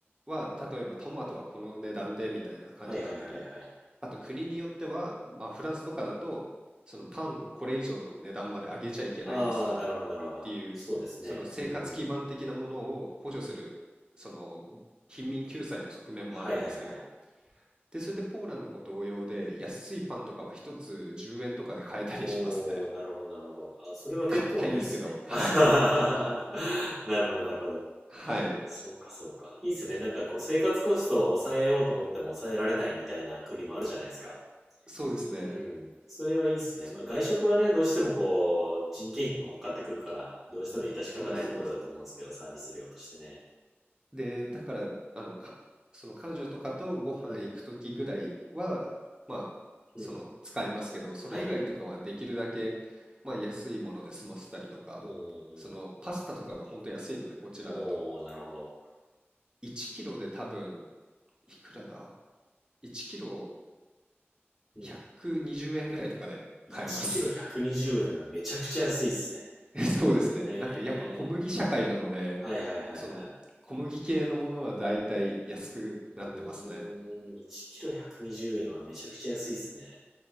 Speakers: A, on the right; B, in the centre.
A: は例えばトマトはこの値段でみたいな感じだったり、
B: はいはいはいはい。
A: あと国によっては、まあ、フランスとかだとそのパンこれ以上の値段まで上げちゃいけないですよっ
B: ああ、なるほど、なるほど。
A: ていうその生活基盤的なものを補助するその貧民救済の側面もあるんですけど、
B: そうですね。うんうん。はいはいはい。
A: で、それでポーランドも同様で安いパンとかは一つ10円とかで買えたりしますね。
B: おお、なるほど、なるほど。あ、それは結構いいですね。
A: 硬いですけど、はい。
B: <laughs> あはははなるほど、なるほど。
A: はい。
B: そうか、そうか。いいですね。なんかこう、生活コストを抑えようと思っても抑えられないみたいな国もあるじゃないですか。
A: そうですね。
B: うん。それはいいですね。
A: そ
B: まあ、外食はね、どうしてもこう、人件費も乗っかってくるから、どうしても致し方ないところだと思うんですけど、
A: そうです、そうです。
B: サービス料としてね。
A: で、だから、あの、か、その彼女とかとご飯行くときぐらいは、
B: うん、
A: まあ、
B: うん。
A: その使いますけど、それ以外とかはできるだけ、
B: はい。
A: まあ、安いもので済ませたりとか、
B: うんうんう
A: そのパスタとかが本当安いので、
B: ん。
A: こちらだと。
B: おー、なるほど。
A: 1キロで多分、いくらだ ?1 キロ
B: うん。
A: 120円ぐらいとかで買えます。
B: 1キロ120円はめちゃくちゃ安いっすね。
A: <laughs> そうですね。
B: へえ。
A: なんかやっぱ小麦社会なので、
B: はいはいはいはい。
A: その小麦系のものはだいたい安くなってますね。
B: うーん、1キロ120円はめちゃくちゃ安いっすね。